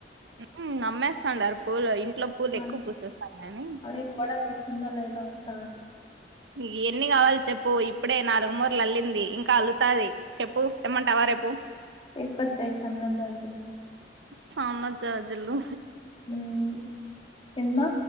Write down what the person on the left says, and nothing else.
మరీ
అదే కోడలికి ఇస్తుందో లేదో అత్త
తీసుకొచ్చేయ్ సన్న జాజులు
మ్మ్ ఏమ్మా